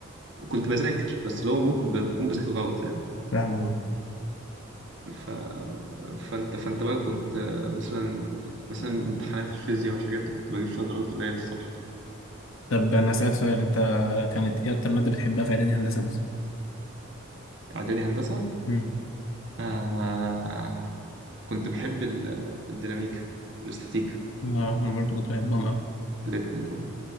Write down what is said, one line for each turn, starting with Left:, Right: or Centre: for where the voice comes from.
Right: كنت بذاكر بس اللي هو ممكن بكون بذاكر غلط يعني
Left: فاهمك
Right: ف... فانت فانت بقى كنت آه، مثلا مثلا امتحانات الفيزياء والحاجات دي كنت بجيب فيها درجات قليله الصراحه
Left: طب انا اسالك سؤال انت كانت ايه اكتر ماده بتحبها في اعدادي هندسه مثلا
Right: اعدادي هندسه
Left: مم.
Right: آه... كنت بحب ال- الديناميكا والاستاتيكا
Left: اه انا برضو كنت بحبهم قوي
Right: الاتنين دول